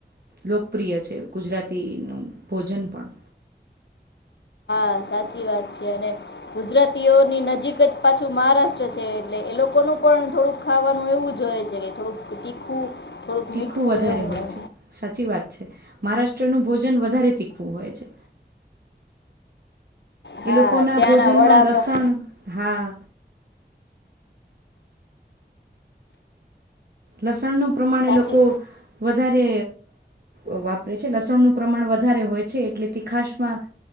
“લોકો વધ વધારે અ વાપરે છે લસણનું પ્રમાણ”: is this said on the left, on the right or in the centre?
Right